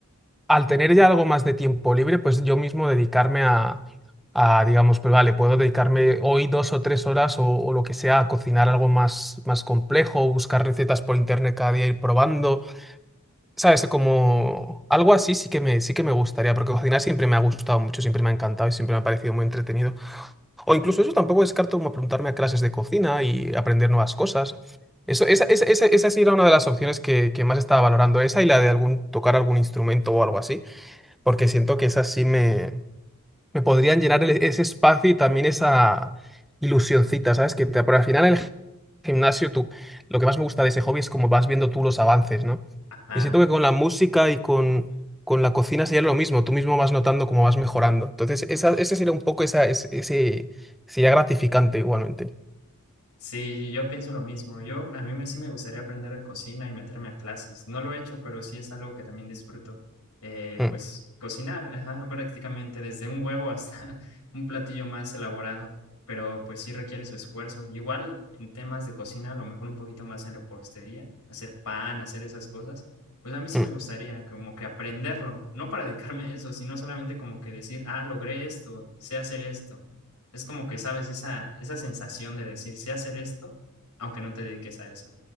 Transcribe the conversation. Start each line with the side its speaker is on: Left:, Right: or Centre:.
Centre: al tener ya algo más de tiempo libre, pues yo mismo dedicarme a, a, digamos, pues vale, puedo dedicarme hoy dos o tres horas o, o lo que sea a cocinar algo más, más complejo, buscar recetas por internet cada día, ir probando, ¿sabes? Como algo así sí que me, sí que me gustaría, porque cocinar siempre me ha gustado mucho, siempre me ha encantado y siempre me ha parecido muy entretenido. O incluso eso tampoco descarto como apuntarme a clases de cocina y aprender nuevas cosas. Eso, esa, esa, esa, esa sí era una de las opciones que, que más estaba valorando, esa y la de algún, tocar algún instrumento o algo así porque siento que esas sí me, me podrían llenar el- ese espacio y también esa ilusioncita, ¿sabes? Que te, por al final el gimnasio, tú, lo que más me gusta de ese hobby es como vas viendo tú los avances, ¿no?
Left: Ajá.
Centre: Y siento que con la música y con, con la cocina sería lo mismo, tú mismo vas notando cómo vas mejorando. Entonces, esa, ese sería un poco esa, ese, ese- sería gratificante igualmente.
Left: Sí, yo pienso lo mismo. Yo, a mí me, sí me gustaría aprender de cocina y meterme a clases. No lo he hecho, pero sí es algo que también disfruto. Eh,
Centre: Mm,
Left: pues cocinar, ajá, prácticamente desde un huevo hasta <laughs> un platillo más elaborado, pero pues sí requiere su esfuerzo. Igual en temas de cocina, a lo mejor un poquito más en repostería, hacer pan, hacer esas cosas. Pues a mí sí
Centre: mm.
Left: me gustaría como que aprenderlo, no para dedicarme a eso, sino solamente como que decir, ah, logré esto, sé hacer esto. Es como que sabes esa, esa sensación de decir, sé hacer esto, aunque no te dediques a eso.